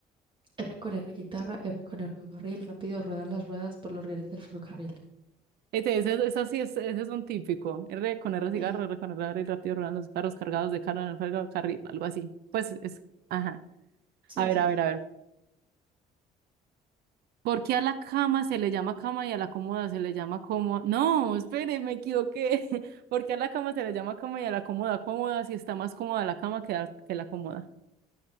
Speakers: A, on the right (about 30°); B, on the right (about 70°).
A: R con R guitarra, R con R barril. Rápido ruedan las ruedas por los rieles del ferrocarril.
B: Este, ese, ese sí es, ese es un típico. R con R cigarro,
A: Sí,
B: R con R y rápido ruedan los carros cargados de carga en el fuego carril, algo así. Pues es, ajá.
A: sí,
B: A ver,
A: sí.
B: a ver,
A: sí.
B: a ver. ¿Por qué a la cama se le llama cama y a la cómoda se le llama cómoda? No, espere, me equivoqué. <laughs> ¿Por qué a la cama se le llama cama y a la cómoda cómoda si está más cómoda la cama que, la- que la cómoda?